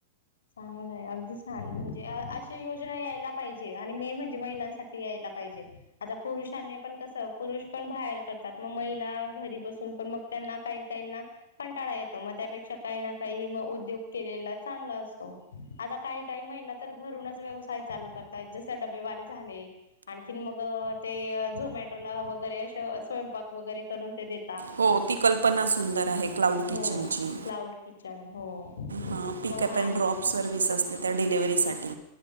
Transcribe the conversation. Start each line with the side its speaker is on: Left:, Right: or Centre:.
Left: चांगल अगदी चांगल म्हणजे, अशी योजना यायला पाहिजे. आणि मेन म्हणजे महिलांसाठी यायला पाहिजे. आता पुरुषांनी नाही पण कस, पुरुष पण बाहेर करतात. मग महिला घरी बसून पण मग त्यांना काही काहीना कंटाळा येतो, मग त्यापेक्षा काही ना काही म उद्योग केलेला चांगला असतो. आता काही काही महिला तर घरूनच व्यवसाय चालू करतायत. जस, डबेवाले झाले. आणखीन मग ते झोमॅटोला वगैरे अशा स्वयंपाक वगैरे करून तेे दे
Right: हो ती कल्पना सुंदर आहे, क्लाउड
Left: हो
Right: किचनची.
Left: क्लाउड किचन हो
Right: हा
Left: मग
Right: पिकअप
Left: आणखी
Right: अँड ड्रॉप सर्व्हिस असते, त्या साठी.